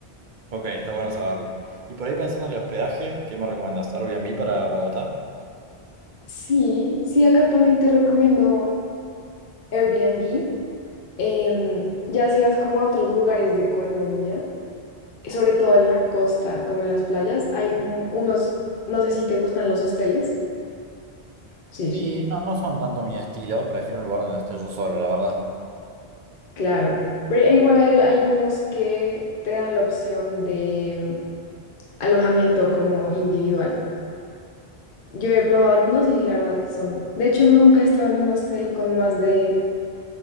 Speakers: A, on the right; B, on the left.
A: Ok, está bueno saberlo. Y por ahí pensando en el hospedaje, ¿qué me recomendás? ¿Airbnb para Bogotá?
B: Sí, sí, acá también te recomiendo Airbnb. Em, ya si vas como a otros lugares de Colombia, sobre todo en la costa, como en las playas, hay un- unos, no sé si te gustan los hosteles. Sí, sí,
A: Y no, no son tanto mi estilo, prefiero un lugar donde esté yo solo, la verdad.
B: claro. Pero igual hay algunos que te dan la opción de em, alojamiento como individual. Yo he probado algunos y la verdad son. De hecho, nunca he estado en un hostel con más de,